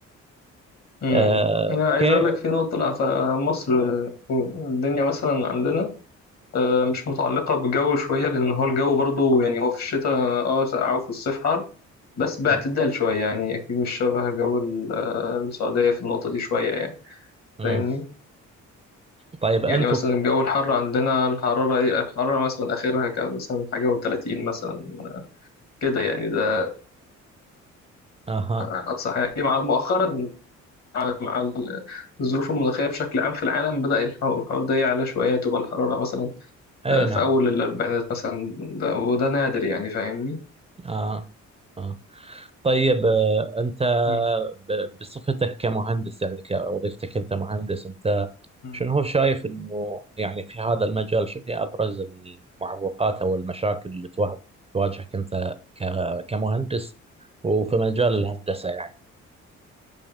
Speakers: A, on the left; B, on the right.
A: مم.
B: آه،
A: لا عايز
B: كيف
A: أقول لك في نقطة لأ فمصر آه، الدنيا مثلا عندنا آه، مش متعلقة بجو شوية لأن هو الجو برضو يعني هو في الشتاء اه ساقع وفي الصيف حر بس باعتدال
B: م-
A: شوية يعني أكيد مش شبه جو ال- آه، السعودية في النقطة دي شوية يعني
B: م.
A: فاهمني
B: طيب أنتوا
A: يعني مثلا
B: ك-
A: الجو الحر عندنا الحرارة إيه الحرارة مثلا آخرها كان مثلا حاجة وتلاتين مثلا كده يعني ده
B: أها
A: أقصى حاجة يعني مع مؤخرا مع مع الظروف المناخية بشكل عام في العالم بدأ الح- الحوار ده يعلى شوية تبقى الحرارة مثلا
B: أي
A: آه، في
B: نعم
A: أول الأربعينات مثلا ده وده نادر يعني فاهمني
B: آه. آه. طيب آه، أنت
A: مم.
B: ب- بصفتك كمهندس يعني كوظيفتك أنت مهندس أنت
A: مم.
B: شنو هو شايف انه يعني في هذا المجال شنو هي ابرز المعوقات او المشاكل اللي تواجه- تواجهك انت ك- كمهندس وفي مجال الهندسة يعني